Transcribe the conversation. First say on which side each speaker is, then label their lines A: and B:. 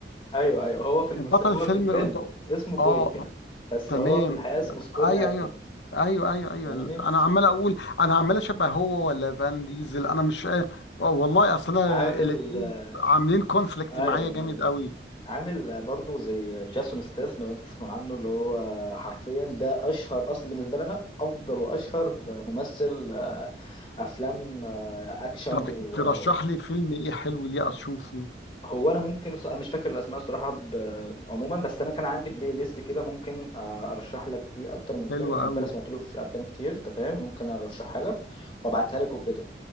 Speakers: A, on the left (about 30°); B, on the left (about 80°).
A: ايوه ايوه هو في المس...
B: بطل
A: هو
B: فيلم
A: في الفيلم
B: انت
A: اسمه بويكا
B: اه
A: بس
B: تمام
A: هو في الحقيقه اسمه سكوت
B: ايوه
A: اتكنز
B: ايوه ايوه ايوه ايوه
A: فاهمني
B: انا عمال اقول انا عمال اشبه هو ولا فان ديزل انا مش آه والله اصل انا
A: عامل
B: الاثنين
A: ايوه
B: عاملين كونفليكت
A: ايوه
B: معايا جامد
A: أيوة.
B: قوي
A: عامل برضو زي جاسون ستاثام لو انت تسمع عنه اللي هو حرفيا ده اشهر اصلا بالنسبه لنا افضل واشهر ممثل آه، افلام آه، اكشن
B: طب
A: و-
B: ترشح لي فيلم ايه حلو ليه اشوفه
A: هو انا ممكن الص- انا مش فاكر الاسماء الصراحه ب- عموما بس انا كان عندي بلاي ليست كده ممكن آه، ارشح لك فيه اكتر من فيلم
B: حلو
A: كنت
B: قوي
A: انا سمعت له في افلام كتير انت فاهم ممكن ارشحها لك وابعتها لك وكده